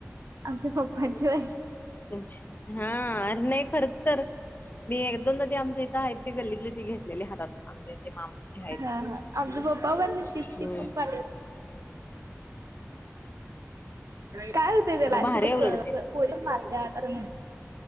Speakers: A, on the right; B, on the left.
A: आमच्या पप्पांची होय
B: तुमची हा अरे नाही खर्च तर मी एक दोनदा ती आमच्या इथं गल्लीतली ती घेतलेली हातात आमच्या ते मामाची आहे ती.
A: हा हा आमचे पप्पा पण शिक
B: हम्म
A: शिक म्हणून पाठ काय होतंय त्याला अशी
B: भारी आहे उलट ते
A: पोरी मारत असं म्हणत.